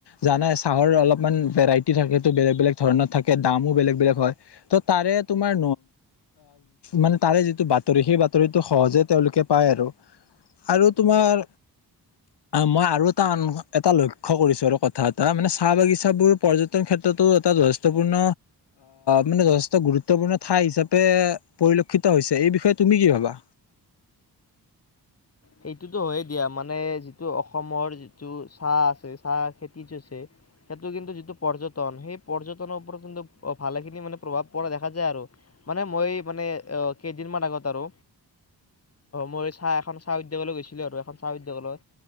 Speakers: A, on the left (about 85°); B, on the left (about 35°).
A: জানাই চাহৰ অলপমান ভেৰাইটি থাকে বেলেগ বেলেগ ধৰণৰ থাকে দামো বেলেগ বেলেগ হয়। তাৰে তোমাৰ মানে তাৰে যিটো বাতৰি সেই বাতৰিটো সহজে তেওঁলোকে পায় আৰু আৰু তোমাৰ মই আৰু এটা এটা লক্ষ্য কৰিছো আৰু কথা এটা মানে চাহ বাগিচাবোৰ পৰ্যটন ক্ষেত্ৰতো এটা যথেষ্টপূৰ্ণ মানে। গুৰুত্বপূৰ্ণ ঠাই হিচাপে পৰিলক্ষিত হৈছে এই বিষয়ে তুমি কি ভাবা।
B: সেইটোতো হয়য়ে দিয়া মানে যিটো অসমৰ যিটো চাহ আছে চাহ খেতিটো আছে সেইটো কিন্তু যিটো পৰ্যটন সেই পৰ্যটনৰ ওপৰত কিন্তু ভালেখিনি মানে প্ৰভাৱ পৰা দেখা যায় আৰু মানে মই মানে কেইদিন মান আগত আৰু মই চাহ এখন। চাহ উদ্যোগলৈ গৈছিলে আৰু এখন চাহ উদ্যোগলৈ